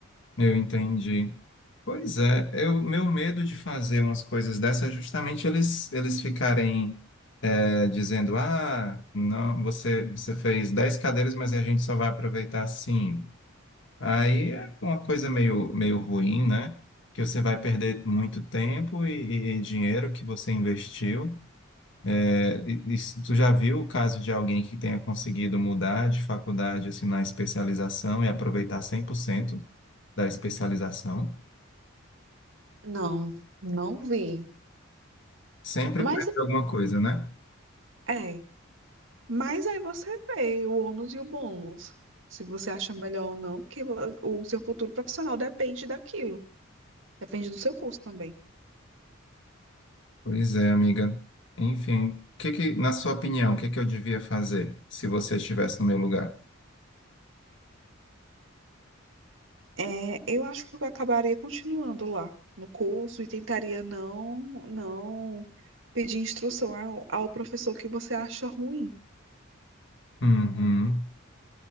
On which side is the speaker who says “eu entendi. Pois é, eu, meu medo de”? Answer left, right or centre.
Left